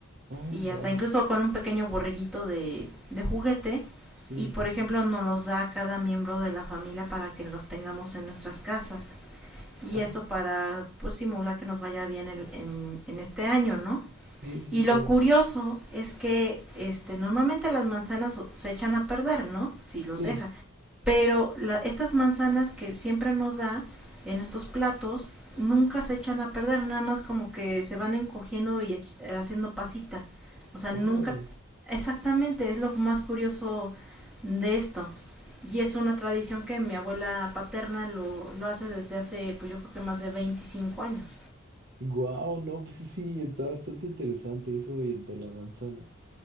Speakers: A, on the right; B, in the centre.
A: Oh,
B: y
A: wow.
B: hasta incluso con un pequeño borreguito de, de juguete
A: Sí,
B: y por
A: sí,
B: ejemplo
A: sí.
B: nos los da a cada miembro de la familia para que los tengamos en nuestras casas y
A: Ah,
B: eso para pues, simular que nos vaya bien el- en, en este año, ¿no?
A: sí, sí,
B: Y
A: claro.
B: lo curioso es que este, normalmente las manzanas se echan a perder, ¿no? Si los
A: Sí,
B: dejan pero la, estas manzanas que siempre nos da en estos platos nunca se echan a perder, nada más como que se van encogiendo y haciendo pasita. O sea, nunca...
A: órale.
B: Exactamente, es lo más curioso de esto. Y es una tradición que mi abuela paterna lo, lo hace desde hace, pues yo creo que más de 25 años.
A: Wow, no, pues sí, está bastante interesante eso de, de la manzana.